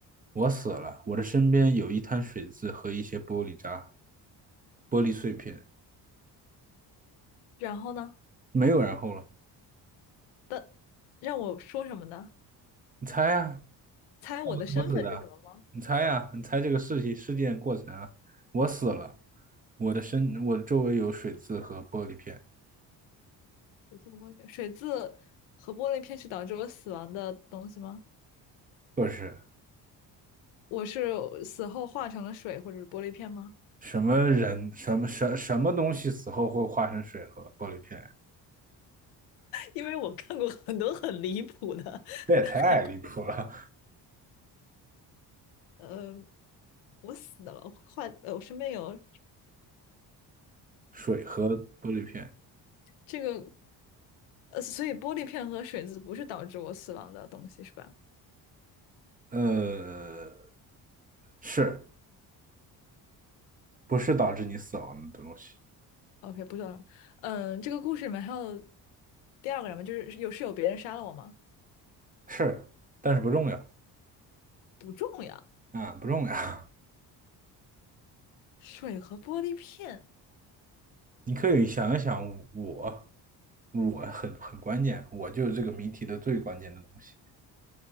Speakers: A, on the right; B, on the left.
A: 我死了，我的身边有一滩水渍和一些玻璃渣、玻璃碎片，
B: 然后呢？
A: 没有然后了。
B: 的让我说什么呢？
A: 你猜呀、
B: 猜我的身份是什么吗？
A: 我怎么死的？你猜呀、你猜这个事情事件过程啊？我死了，我的身，我的周围有水渍和玻璃片。
B: 水渍和玻璃片，水渍和玻璃片是导致我死亡的东西吗？
A: 不是
B: 我是死后化成了水或者是玻璃片吗？
A: 什么人，什么什什么东西死后会化成水和玻璃片？
B: 因为我看过很多很离谱的海龟
A: 这也太离谱了！
B: 呃，我死了，我坏，呃，我身边有
A: <laughs> 水和玻璃片，
B: 这个，呃，所以玻璃片和水渍不是导致我死亡的东西是吧
A: 呃，是。不是导致你死亡的东西，
B: ？OK，不知道，嗯，这个故事里面还有第二个人吗？就是有是有别人杀了我吗？
A: 是，但是不重要，
B: 不重要，
A: 啊，不重要。<laughs>
B: 水和玻璃片，
A: 你可以想一想我，我很很关键，我就是这个谜题的最关键的东西，